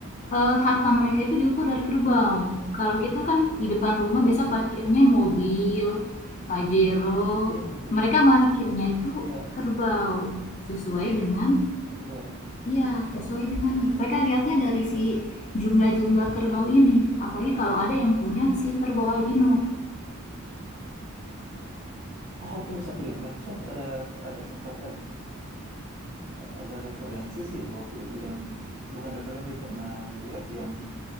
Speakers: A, on the left; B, on the right.
A: eh, harta mereka itu diukur dari kerbau. Kalau kita kan di depan rumah biasa parkirnya mobil, Pajero.
B: Iya betul-betul.
A: Mereka parkirnya itu
B: Iya
A: kerbau sesuai dengan
B: terbang.
A: iya, sesuai dengan mereka lihatnya dari si jumlah-jumlah kerbau ini. Apalagi kalau ada yang punya si kerbau albino.
B: Oh, tunggu satu lini. Aku sempat ada ada sempat ada ada referensi sih waktu itu yang bukan referensi pernah lihat yang